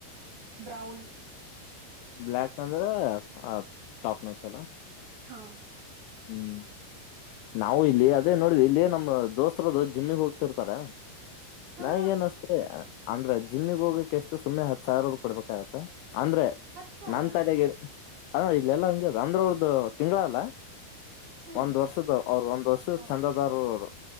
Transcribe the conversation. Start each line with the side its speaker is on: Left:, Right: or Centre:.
Right: ಬ್ರೌನ್
Left: ಬ್ಲ್ಯಾಕ್ ಅಂದ್ರೆ ಆ ಟಾಪ್ನಗ್ತಲ್ಲ
Right: ಹಾ
Left: ಹ್ಮ್ ನಾವು ಇಲ್ಲಿ ಅದೇ ನೋಡಿದ್ವಿ ಇಲ್ಲಿ ನಮ್ಮ ದೋಸ್ತತ್ರದು ಜಿಮ್ಮಿಗೆ ಹೋಗ್ತಿರ್ತಾರ.
Right: ಹಾ
Left: ನನೇಏನ್ಸ್ತೆ ಅಂದ್ರ ಜಿಮ್ಮಗ್ ಹೋಗಕ್ಕೆ ಎಷ್ಟು ಸುಮ್ಮನೆ ಹತ್ ಸಾವಿರ ಕೊಡ್ಬೇಕಾಗತ್ತ. ಅಂದ್ರೆ
Right: ಹತ್ತು ಸಾವಿರನ
Left: ನನ್ ತಲೆೆಗೆ ಹ ಇಲ್ಲೆಲ್ಲಾ ಹಂಗೆ ಅದ ಅಂದ್ರೆ ಅವರದ ತಿಂಗಳಲ್ಲ
Right: ಹ್ಮ್
Left: ಒಂದ್ ವರ್ಷದ ಅವ್ರದ ಒಂದ್ ವರ್ಷ
Right: ಹ
Left: ಚಂದದಾರರು